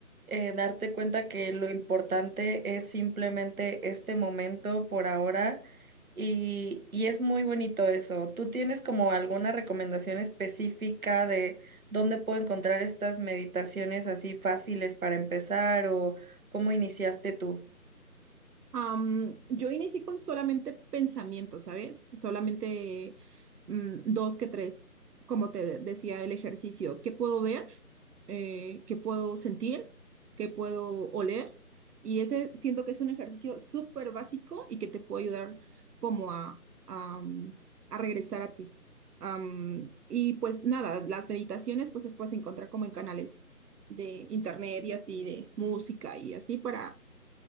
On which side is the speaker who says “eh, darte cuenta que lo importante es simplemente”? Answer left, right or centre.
Right